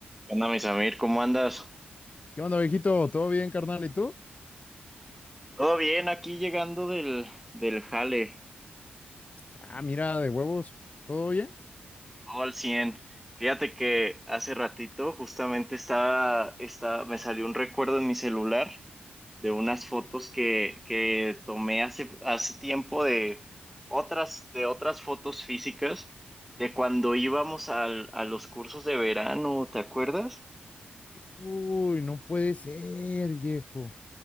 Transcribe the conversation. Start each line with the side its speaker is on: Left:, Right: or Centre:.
Centre: ¿Qué onda, mi Samir? ¿Cómo andas?
Left: ¿Qué onda, viejito? ¿Todo bien, carnal? ¿Y tú?
Centre: Todo bien, aquí llegando del, del jale,
Left: Ah, mira, de huevos. ¿Todo bien?
Centre: todo al 100. Fíjate que hace ratito justamente estaba, estaba, me salió un recuerdo en mi celular de unas fotos que, que tomé hace, hace tiempo de otras, de otras fotos físicas de cuando íbamos al- a los cursos de verano, ¿te acuerdas?
Left: Uy, no puede ser, viejo.